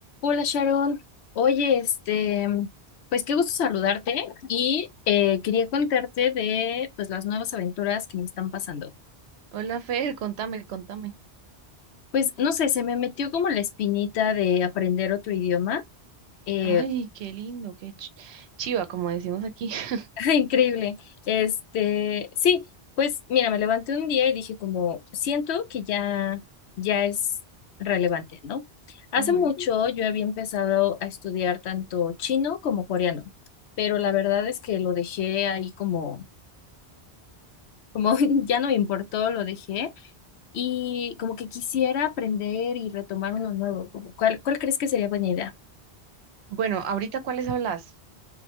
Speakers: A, on the left; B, on the right.
A: Hola Sharon, oye, este, pues qué gusto saludarte y eh, quería contarte de pues las nuevas aventuras que me están pasando.
B: Hola Fer, contame, contame.
A: Pues no sé, se me metió como la espinita de aprender otro idioma. eh,
B: Ay, qué lindo, qué ch- chiva, como decimos aquí. <laughs>
A: <laughs> increíble. Este, sí, pues mira, me levanté un día y dije como siento que ya ya es relevante, ¿no? Hace
B: Ujú.
A: mucho yo había empezado a estudiar tanto chino como coreano, pero la verdad es que lo dejé ahí como como <laughs> ya no me importó, lo dejé y como que quisiera aprender y retomar uno nuevo, como ¿cuál, cuál crees que sería buena idea?
B: Bueno, ahorita ¿cuáles hablas?